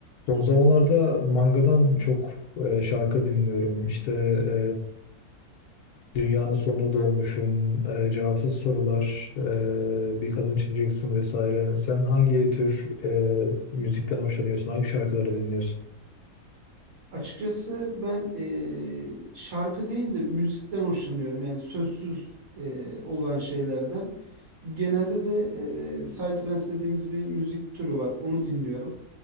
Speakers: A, on the left; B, on the right.
A: Son zamanlarda mangadan çok e, şarkı dinliyorum. İşte e, Dünyanın Sonuna Doğmuşum, e, Cevapsız Sorular, e, Bir Kadın Çizeceksin vesaire. Sen hangi tür e, müzikten hoşlanıyorsun? Hangi şarkıları dinliyorsun?
B: Açıkçası ben eee, şarkı değil de müzikten hoşlanıyorum. Yani sözsüz eee, olan şeylerden. Genelde de eee psytrance dediğimiz bir müzik türü var. Onu dinliyorum.